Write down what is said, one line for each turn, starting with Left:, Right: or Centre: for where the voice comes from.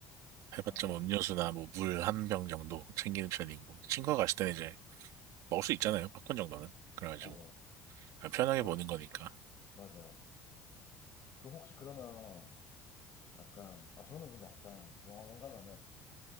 Right: 해봤자
Left: 아,
Right: 뭐 음료수나 뭐 물 한 병 정도 챙기는 편이고, 친구가 갔을 때는 이제 먹을 수 있잖아요, 팝콘 정도는. 그래가지고,
Left: 맞아요.
Right: 그냥 편하게
Left: 저,
Right: 보는 거니까.
Left: 맞아요. 그 혹시 그러면 약간, 아, 저는 근데 약간 영화관 가면은